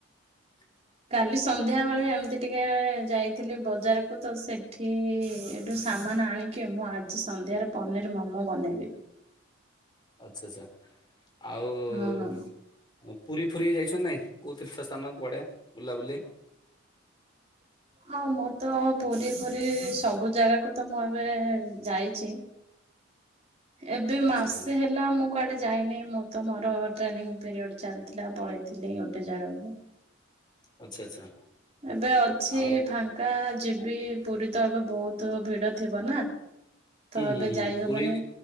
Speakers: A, on the left; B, on the right.
A: ହ <inaudible>
B: କାଲି ସନ୍ଧ୍ୟା ବେଳେ ଏମିତି ଟିକେ ଯାଇଥିଲି ବଜାରକୁ ତ ସେଠି ଏଇଠୁ ସାମାନ ଆଣିକି ମୁଁ ଆଜି ସନ୍ଧ୍ୟାରେ ପନିର ମୋମୋ ବନେଇବି।
A: ଆଚ୍ଛା ଆଚ୍ଛା ଆଉ
B: ହଁ।
A: ପୁରୀ ଫୁରୀ ଯାଇଛନ୍ତି ନାଇଁ କୋଉ ତୀର୍ଥ ସ୍ଥାନ କୁଆଡେ ବୁଲାବୁଲି? ହ
B: ହଁ ମୁଁ ତ ପୁରୀ ଫୁରୀ ସବୁ ଜାଗାକୁ ତ ମୁଁ ଏବେ ଯାଇଛି। ଏବେ
A: ଆଚ୍ଛା
B: ମାସେ
A: ଆଚ୍ଛା
B: ହେ ହେଲା। ମୁଁ କୁଆଡେ ଯାଇନି ମୁଁ ତ ମୋର ଟ୍ରେନିଙ୍ଗ ପିରିୟଡ ଚାଲିଥିଲା ପଳେଇଥିଲି ଗୋଟେ ଜାଗାକୁ।
A: ଆଚ୍ଛା, ଆଚ୍ଛା।
B: ଏବେ ଅଛି
A: ଆଉ
B: ଫାଙ୍କା ଯିବି ପୁରୀ ତ ଏବେ ବହୁତ ଭିଡ ଥିବ ନା। ତ
A: ହୁଁ, ହୁଁ,
B: ଏବେ
A: ହୁଁ,
B: ଯାଇ ହବନି
A: ପୁରୀ